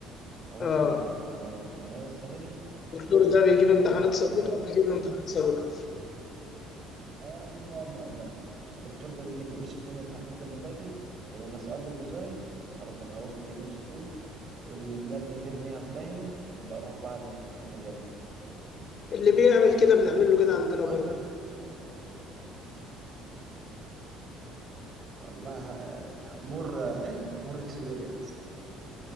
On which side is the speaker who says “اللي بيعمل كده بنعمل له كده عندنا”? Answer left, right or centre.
Left